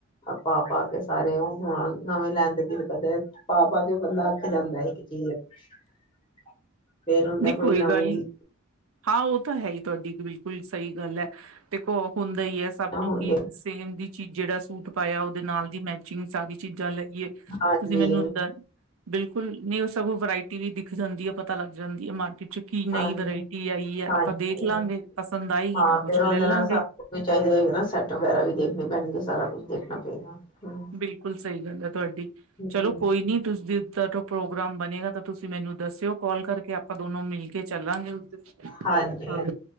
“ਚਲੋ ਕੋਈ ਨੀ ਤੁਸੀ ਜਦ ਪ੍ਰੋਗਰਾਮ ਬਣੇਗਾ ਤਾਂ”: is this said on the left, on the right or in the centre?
Right